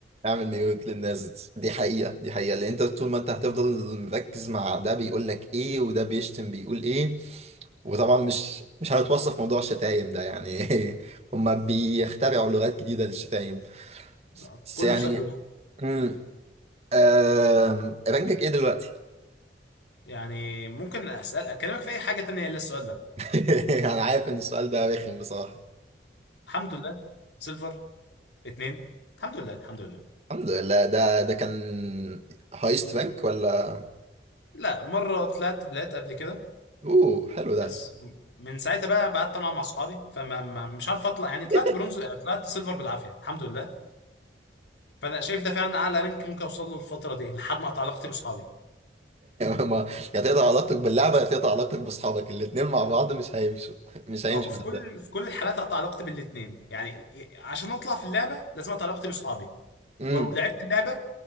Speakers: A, on the right; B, on the left.
A: اعمل ميوت للناس دي حقيقه دي حقيقه لان انت طول ما انت هتفضل مركز مع ده بيقول لك ايه وده بيشتم بيقول ايه وطبعا مش مش هنتوصف موضوع الشتايم ده يعني <laughs> هما بيخترعوا لغات جديده للشتايم بس
B: آه، كله
A: يعني
B: بسبب لول
A: امم آم، رانكك ايه دلوقتي
B: يعني ممكن اسال اكلمك في اي حاجه تانية الا السؤال ده
A: <laughs> انا عارف ان السؤال ده رخم بصراحة
B: الحمد لله سيلفر اتنين الحمد لله الحمد لله
A: الحمد لله ده ده كان هايست بانك ولا
B: لا مرة طلعت بلات قبل كده
A: اوه حلو ده
B: بس من ساعتها بقى قعدت انا مع صحابي فما ما- مش عارف اطلع يعني
A: <laughs>
B: طلعت برونز طلعت سيلفر بالعافية الحمد لله فانا شايف ده فعلا اعلى رانك ممكن اوصل له الفترة دي لحد ما اقطع علاقتي باصحابي
A: ما يا تقطع علاقتك باللعبة يا تقطع علاقتك باصحابك الاتنين مع بعض مش هيمشوا مش هيمشوا
B: أه، أو في
A: صدق
B: كل في كل الحالات اقطع علاقتي بالاتنين يعني عشان اطلع في اللعبة لازم اقطع علاقتي باصحابي
A: امم
B: ولو لعبت اللعبة